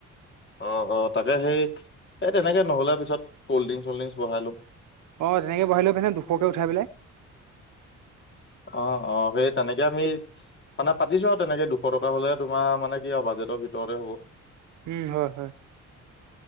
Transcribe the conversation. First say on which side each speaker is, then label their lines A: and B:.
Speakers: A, on the left (about 40°); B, on the right (about 75°).
A: অ', অ' তাকে সেই এই তেনেকে নহ'লে পিছত ক'ল্ড ড্ৰিংক চল্ড ড্ৰিংক বহাই ল'ম।
B: অঁ তেনেকৈ বহাই ল'ব পাৰি নহয় দুশকৈ উঠাই পেলাই।
A: অ', অ' সেই তেনেকে আমি মানে পাতিছো আৰু তেনেকে দুশ টকা হ'লে তোমাৰ মানে কি আৰু বাজেটৰ ভিতৰতে হ'ব।
B: উম, হয়, হয়।